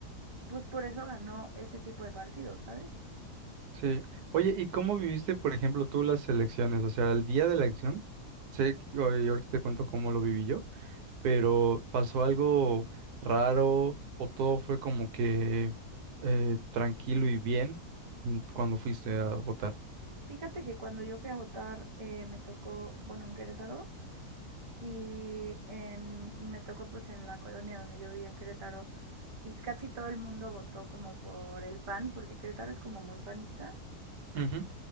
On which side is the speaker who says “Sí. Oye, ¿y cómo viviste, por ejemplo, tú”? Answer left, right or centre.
Right